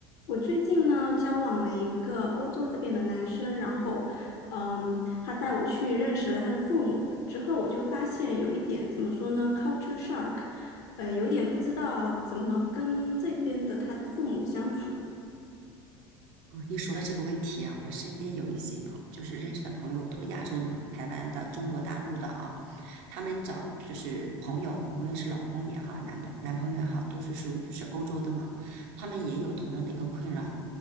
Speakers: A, on the left; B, on the right.
A: 我最近呢，交往了一个欧洲这边的男生，然后，嗯，他带我去认识了他的父母，之后我就发现有一点怎么说呢，culture shock，呃，有点不知道怎么跟这边的他的父母相处。
B: 你说的这个问题啊，我身边有一些朋，就是认识的朋友，都是亚洲的嘛，台湾的、中国大陆的啊，他们找就是朋友，无论是老公也好，男朋男朋友也好，都是属于就是欧洲的嘛，他们也有同样的一个困扰，